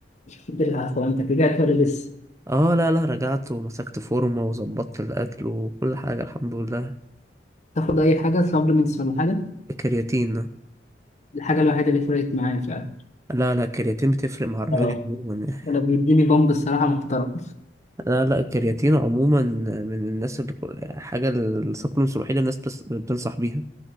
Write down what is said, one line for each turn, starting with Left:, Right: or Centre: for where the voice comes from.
Left: بالعافية انت رجعت ولا لسه
Right: اه لا لا رجعت ومسكت فورمة وظبطت الأكل وكل حاجة الحمد لله
Left: تاخد اي حاجه سبلمنتس ولا حاجه
Right: الكرياتين آه،
Left: الحاجه الوحيده اللي فرقت معايا فعلا
Right: لا لا الكرياتين بتفرق مع الرياضي
Left: اه
Right: عموما يعني.
Left: انا بيديني بامب الصراحه محترم
Right: لا لا الكرياتين عموما من الناس اللي كل- حاجة السبلمنتس الوحيدة الناس بتس- بتنصح بيها